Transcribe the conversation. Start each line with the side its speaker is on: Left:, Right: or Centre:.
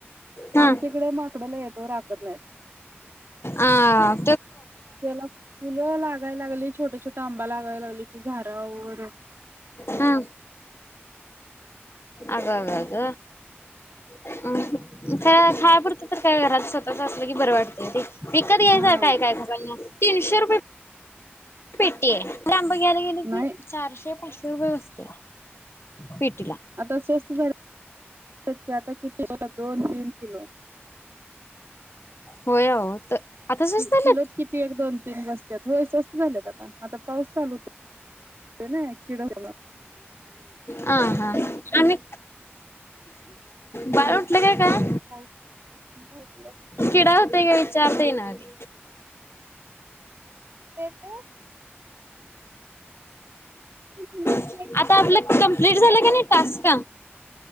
Left: ह
Right: आमच्याकडं माकडं लय आहेत ओ राखत नाहीत
Left: अ...
Right: तेला फुलं लागाय लागली छोट छोटा आंबा लाग -- <unintelligible> लागली की घारावर
Left: हम आगगग. अहु हं खायय पुरतं तर काय घरात स्वतःच असलं की बर वाट <inaudible> विकत घ्यायसारख
Right: हा
Left: आहे का काही सांग ना. तीनशे रुपये. पेटीय खरं आं बा घ्यायला गेला
Right: नाही
Left: की चारशे पाचशे ते व्यवस्थ पीट --
Right: आता स्वस्त झाल्या त्याचे आता किती होतात. दोन -तीन किलो
Left: होय अहो त आता स्वस्त
Right: कि
Left: झाल्यात?
Right: किलोच किती एक दोन तीन बसत्यात होय स्वस्त झालेत आता आता पाऊस चालूत ना किड होणार
Left: आ हा आम्ही बाळ उटलं का काय?
Right: हाय हा उठलाय.
Left: किडा होतोय काय विचारता येईना आधी.
Right: <inaudible> <inaudible> <inaudible>
Left: आता आपलं कम्प्लीट झालं कनी टास्क